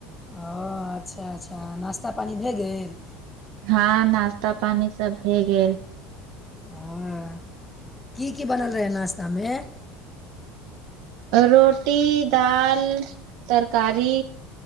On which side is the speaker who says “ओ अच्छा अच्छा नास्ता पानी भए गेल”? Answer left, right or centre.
Left